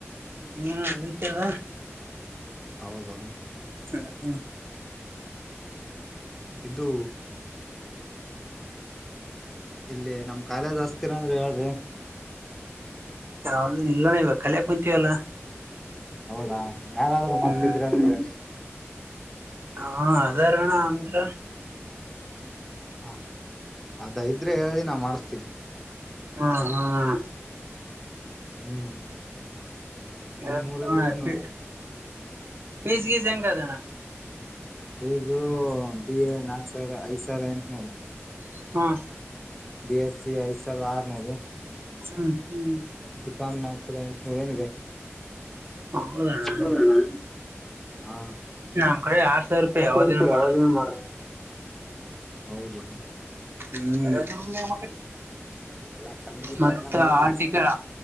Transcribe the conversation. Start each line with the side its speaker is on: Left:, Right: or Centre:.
Right: ಹ್ಮ ಉಳಿತದ.
Centre: ಹೌದು
Right: ಹ ಹ್ಮ
Centre: ಇದು ಇಲ್ಲಿ ನಮ್ ಕಾಲೇಜ್ ಹಸ್ತಿರ ಅಂದ್ರ ಹೇಳ್ರಿ.
Right: ಯಾವುದು ಇಲ್ಲಣ್ ಇವ ಕಲ್ಯಾಕ್ ಕು ತ್ತಿಯಲ್ಲ
Centre: ಹೌದಾ ಯಾರಾದ್ರರು
Right: ಹ್ಮ್
Centre: ಮತ್ತ ಇದ್ರರಂದ್ರ ಹೇಳಿ. <inaudible>
Right: ಹಾ ಅದಾರಣ ಅಂದ್ರ.
Centre: ಹಾ ಅದ ಇದ್ರೆ ಹೇಳಿ ನಾ ಮಾಡಸ್ತೀನ.
Right: ಹಾ ಹಾಣ್.
Centre: ಹ್ಮ್ ನಿಮ್
Right: ಎತ್ತಣ
Centre: ಊರಲ್ಲಿ
Right: ಇರ್ತೀವಿ
Centre: ಏನು
Right: ಪಿಜಿಗಿಜಿ ಹೆಂಗ - ಕದಣ
Centre: ಹ ಜೋ ಬಿ ನಾಕ್ಸವಿರದ ಐ ಸಾವಿರದ <unintelligible>
Right: ಹ್ಮ್
Centre: ಬಿ ಎಸ್ ಸಿ ಐದ್ ಸಾವಿರದ ಆರ್ನೂರು.
Right: ಹ್ಮ್ ಹ್ಮ್
Centre: ಬಿಕಾಮ್ ನ ಆಗ್ತದ ನೋರೇನಿದೆ
Right: ಹೌದಣ್ಣ
Centre: ಹೌದಣ. ಹಾ
Right: ನಮ್ ಕಡೆ ಆರ್ ಸಾವಿರ ರೂಪಾಯಿ
Centre: ಆತಾ
Right: ಯಾವ್ದನ
Centre: ಇರ್ತ ಯಾವದರ
Right: ಮಾಡು
Centre: ಮಾಡ. ಹೌದು
Right: ಹ್ಮ
Centre: ಎಲ್ಲಾ ಕಮ್ಮಿ ಇದೆ
Right: ಮತ್ತ
Centre: ಅಂದಂಗ ಆಯ್ತ
Right: ಹಾಲ್
Centre: ಆ ಕಡೆ
Right: ಟಿಕೆಟ್